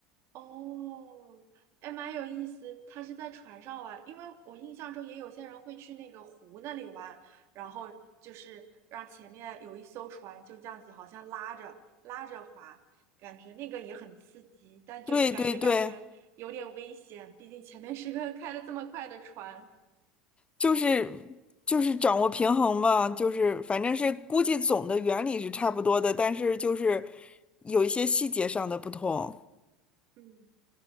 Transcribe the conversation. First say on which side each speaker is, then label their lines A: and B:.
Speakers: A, on the right; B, on the left.
A: 哦，哎，蛮有意思。他是在船上玩，因为我印象中也有些人会去那个湖那里玩，然后就是让前面有一艘船就这样子，好像拉着拉着滑，感觉那个也很刺激，但就感也感觉有点危险，
B: 对对对。
A: 毕竟前面是个 <laughs> 开的这么快的船。
B: 就是就是掌握平衡嘛，就是反正是估计总的原理是差不多的，但是就是有一些细节上的不同。
A: 嗯，